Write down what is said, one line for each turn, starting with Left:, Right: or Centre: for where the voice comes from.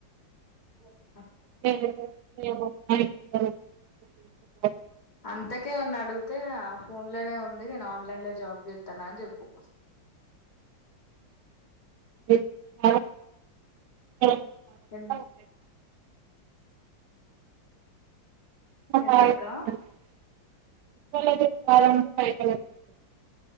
Left: అ
Right: <unintelligible>
Left: అంతకే వన్ అడుగుతే ఫోన్ లోనే ఉంది నేను ఆన్లైన్ లో జాబ్ చేస్తానా అని చెప్పు.
Right: ఎ మ తాన్
Left: ఎం
Right: <unintelligible>
Left: ఎందక్క